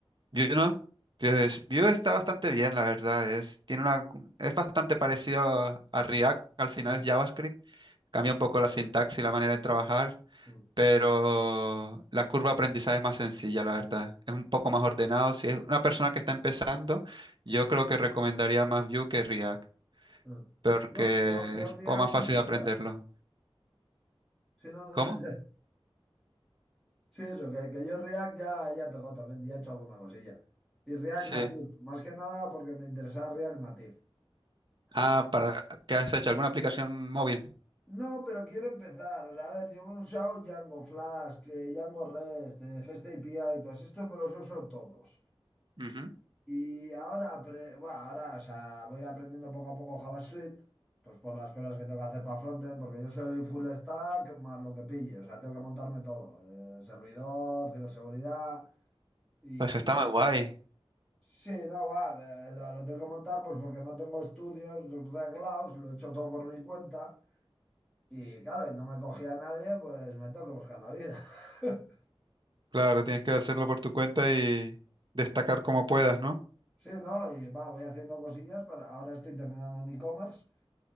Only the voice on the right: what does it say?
Yu no. Entonces, Yu está bastante bien, la verdad. Es, tiene una, es bastante parecido a a React, al final
es JavaScript. Cambia un poco la sintaxis y la manera de trabajar,
pero la curva de aprendizaje es más sencilla, la verdad. Es un poco más ordenado. Si es una persona que está empezando, yo creo que recomendaría más Vue que React,
porque
es
como más
fácil de
aprenderlo.
¿Cómo?
Sí.
Ah,
para, ¿qué has hecho? ¿Alguna aplicación móvil?
Ujú.
Pues está muy guay.
Claro, tienes que hacerlo por tu cuenta y destacar como puedas, ¿no?